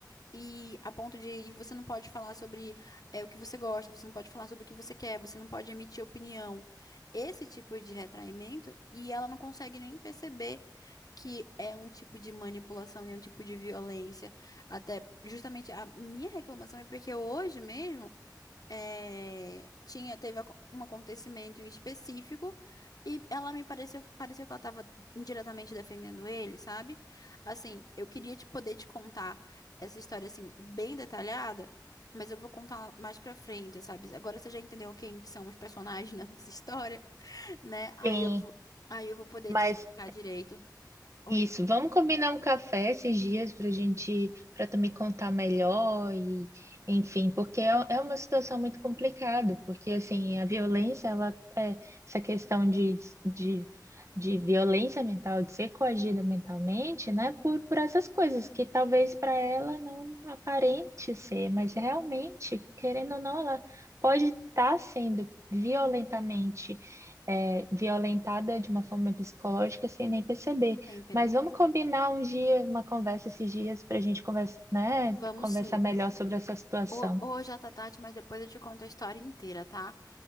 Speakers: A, on the left; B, on the right.
A: e a ponto de, e você não pode falar sobre é, o que você gosta, você não pode falar sobre o que você quer, você não pode emitir opinião. Esse tipo de retraimento, e ela não consegue nem perceber que é um tipo de manipulação e é um tipo de violência. Até justamente a minha reclamação é porque hoje mesmo é, tinha, teve aco- um acontecimento em específico e ela me pareceu, pareceu que ela estava indiretamente defendendo ele, sabe? Assim, eu queria te poder te contar essa história assim bem detalhada, mas eu vou contar mais pra frente, sabe? Agora você já entendeu quem que são os personagens <laughs> nessa história, né? Aí
B: Sim,
A: eu vou, aí eu vou poder
B: mas
A: te explicar direito. Oi,
B: Isso, vamos combinar um café esses dias para gente, para tu me contar melhor e, enfim, porque é, é uma situação muito complicada, porque assim, a violência, ela, é- essa questão de, de, de violência mental, de ser coagida mentalmente, né, por, por essas coisas que talvez para ela não aparente ser, mas realmente, querendo ou não, ela pode estar sendo violentamente, é, violentada de uma forma psicológica sem nem perceber.
A: nem, pe-
B: Mas
A: nem
B: vamos
A: percebi.
B: combinar um dia, uma conversa esses dias para a gente conversa, né,
A: Vamos
B: conversar
A: sim.
B: melhor sobre essa situação.
A: Ho- Hoje já tá tarde, mas depois eu te conto a história inteira, tá?